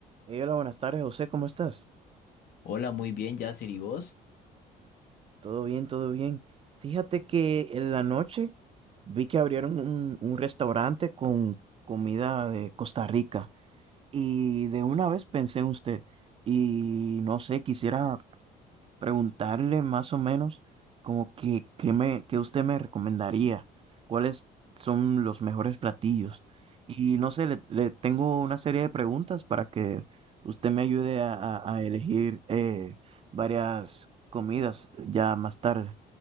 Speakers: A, on the right; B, on the left.
A: Eh, Hola, buenas tardes, José, ¿cómo estás?
B: Hola, muy bien, Yasir, ¿y vos?
A: Todo bien, todo bien. Fíjate que en la noche vi que abrieron un, un restaurante con comida de Costa Rica y de una vez pensé en usted y no sé, quisiera preguntarle más o menos como que, que me, que usted me recomendaría, cuáles son los mejores platillos. Y no sé, le, le tengo una serie de preguntas para que usted me ayude a, a- a elegir eh, varias comidas ya más tarde,